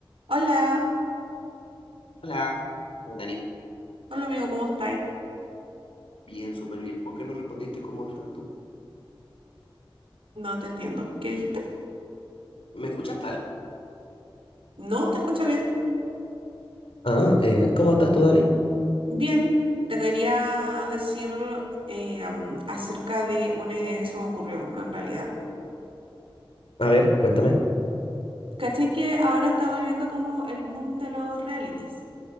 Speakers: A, on the right; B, on the left.
A: Hola,
B: Hola, Dani.
A: hola amigo, ¿cómo estáis?
B: Bien, súper bien. ¿Por qué no respondiste cómo estás tú?
A: No te entiendo. ¿Qué dijiste?
B: ¿Me escuchas mal?
A: No, te escucho bien.
B: Ah, eh, ¿cómo estás tú, Dani?
A: Bien, te quería decir eh, um, acerca de una idea que se me ocurrió en realidad.
B: A ver, cuéntame.
A: ¿Cachai que ahora está volviendo como el boom de los realities?